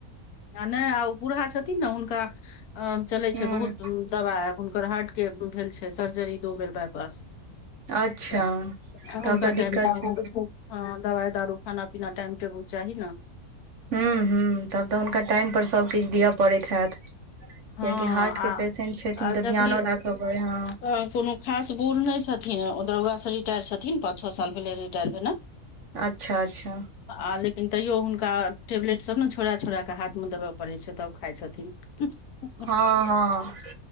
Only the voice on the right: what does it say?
हूँ
अच्छा
तब
तऽ दिक्कत
छै
हूँ हूं तब तऽ हुनका टाइमपर सभकिछु दिअ पड़ैत हैत कियाकि
हार्टके
पेशेंट छथिन
तऽ
ध्यानो राखय पड़ै ह
अच्छा अच्छा
हँ हँ